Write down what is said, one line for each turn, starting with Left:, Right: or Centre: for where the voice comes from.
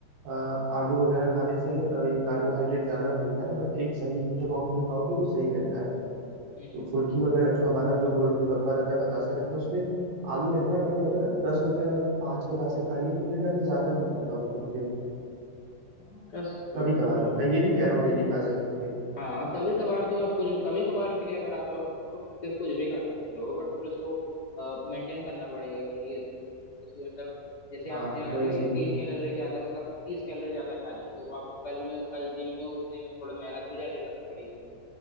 Right: अ, आलू वगैरह खाने से अ, ये कार्बोहाइड्रेट ज्यादा मिलता है बट एक सही अमाउंट में खाओगे तो सही रहता है
Left: है हम्म
Right: तो फुल्की वगैरह जो हमारा जो गोलगप्पा रहता है बतासा रहता है उसमें आलू रहता है बट अगर दस रुपए का अगर पांच बतासे खा लिए तो मेरे ख्याल से ज्यादा नहीं होता वो तो फिर
Left: हाँ, कह सकते
Right: कभी
Left: हो फिर
Right: कभार
Left: तो
Right: मैं ये नहीं कह रहा हूँ डेली खा सकते हैं
Left: हाँ कभी कभार तो आप कुछ भी, कभी कभार के लिए अगर आप जाओ तो, तो फिर कुछ भी खा सकते हो बट फिर उसको मेंटेन करना पड़ेगा कि ये जैसे मतलब जैसे
Right: हाँ
Left: आपने आज
Right: वही चीज
Left: तीन
Right: है
Left: कैलोरी ज्यादा मतलब तीस कैलोरी ज्यादा खा ली तो वो आपको कल में कल जिम में उसने में थोड़ा मेहनत भी ज्यादा करना पड़ेगी